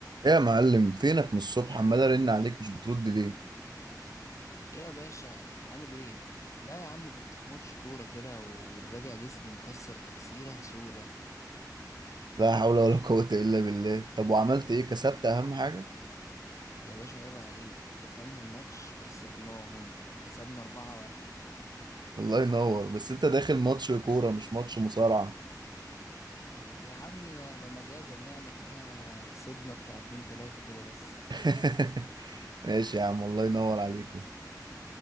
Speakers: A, on the right; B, on the left.
A: ايه يا معلم فينك من الصبح عمال ارن عليك مش بترد ليه
B: ايه يا باشا عامل ايه لا يا عم كنت في ماتش كورة كده والراجع جسمي مكسر تكسيرة سودة
A: لا حول ولا قوة الا بالله طب وعملت ايه كسبت اهم حاجة
B: يا باشا عيب عليك دخلنا الماتش كسرناهم كسبنا أربعة واحد
A: الله ينور بس انت داخل ماتش كورة مش ماتش مصارعة
B: يا عمي ما ده مجازا يعني احنا صبنا بتاع اتنين تلاتة كده بس
A: <laughs> ماشي يا عم الله ينور عليكم